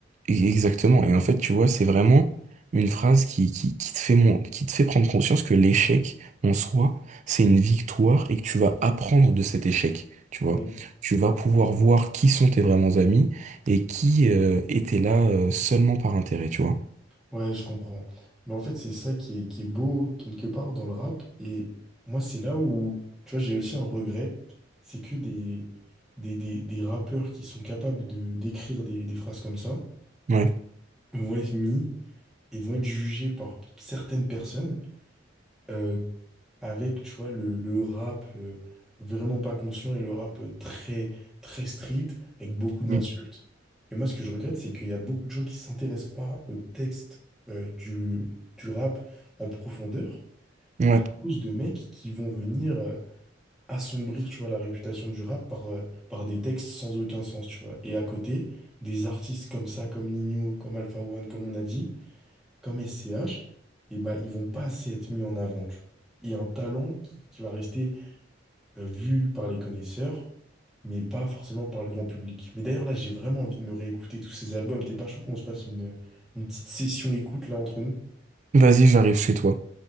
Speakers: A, on the right; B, in the centre.
A: exactement. Et en fait, tu vois, c'est vraiment une phrase qui, qui, qui te fait mon, qui te fait prendre conscience que l'échec en soi, c'est une victoire et que tu vas apprendre de cet échec. Tu vois,
B: Mm.
A: tu vas pouvoir voir qui sont tes vraiment amis et qui euh, étaient là euh, seulement par intérêt, tu vois.
B: Ouais, je comprends. Mais en fait, c'est ça qui est, qui est beau quelque part dans le rap. Et moi, c'est là où, tu vois, j'ai aussi un regret. C'est que des, des, des, des rappeurs qui sont capables de d'écrire des, des phrases comme ça
A: Ouais.
B: vont être mis et vont être jugés par certaines personnes euh, avec, tu vois, le, le rap euh, vraiment pas conscient et le rap euh, très, très street, avec beaucoup d'insultes.
A: Mm.
B: Et moi, ce que je regrette, c'est qu'il y a beaucoup de gens qui s'intéressent pas au texte euh, du, du rap en profondeur,
A: Ouais.
B: à cause de mecs qui vont venir euh, assombrir, tu vois, la réputation du rap par, euh, par des textes sans aucun sens, tu vois. Et à côté, des artistes comme ça, comme Nino, comme Alpha One, comme on a dit, comme SCH, et ben ils vont pas assez être mis en avant. tu vois. Et un talent qui, qui va rester euh, vu par les connaisseurs, mais pas forcément par le grand public. Mais d'ailleurs, là, j'ai vraiment envie de me réécouter tous ces albums. T'es pas chaud qu'on se passe une, une petite session écoute là entre nous?
A: Vas-y, j'arrive chez toi.